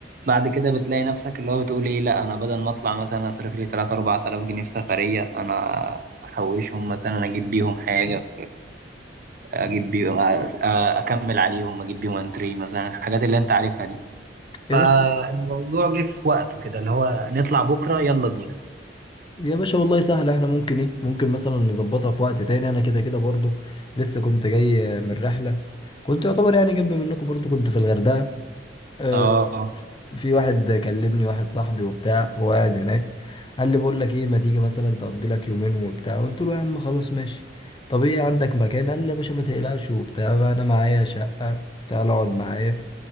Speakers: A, on the right; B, on the left.
A: بعد كده بتلاقي نفسك اللي هو بتقول ايه لا انا بدل ما اطلع مثلا اصرف لي 3 4000 جنيه في سفرية انا احوشهم مثلا اجيب بيهم حاجة اجيب بيهم أ- اكمل عليهم اجيب بيهم انتري مثلا الحاجات اللي انت عارفها دي
B: يا
A: فالموضوع
B: باشا
A: جه في وقته كده اللي هو نطلع بكرة يلا بينا
B: يا باشا والله سهل احنا ممكن ايه ممكن مثلا نظبطها في وقت تاني انا كده كده برضو لسه كنت جاي من رحلة كنت يعتبر يعني جنب منكم برضو كنت في الغردقة آه،
A: اه
B: في واحد كلمني واحد صاحبي وبتاع هو قاعد هناك قال لي بقول لك ايه ما تيجي مثلا تقضي لك يومين وبتاع قلت له يا عم خلاص ماشي طب ايه عندك مكان قال لي يا باشا ما تقلقش وبتاع انا معايا شقة تعال اقعد معايا